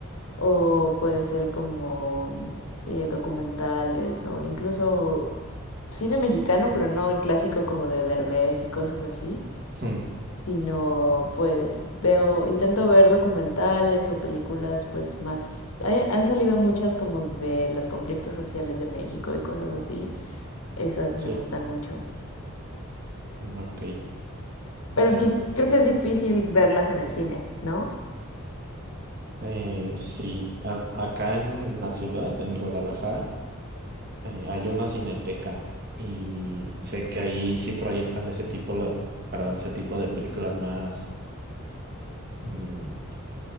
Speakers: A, on the left (about 75°); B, on the right (about 45°).
A: o puede ser como mm, eh, documentales o incluso cine mexicano, pero no el clásico como de Derbez y cosas así
B: mm,
A: sino pues veo, intento ver documentales o películas pues más, hay- han salido muchas como de los conflictos sociales de México y cosas así, esas me
B: sí,
A: gustan mucho,
B: mm, ok.
A: pero
B: O sea,
A: quis- creo que es difícil verlas en el cine, ¿no?
B: eh, sí, a- acá en la ciudad, en Guadalajara, eh, hay una cineteca y sé que ahí sí proyectan ese tipo, lo- perdón, ese tipo de películas más. mm,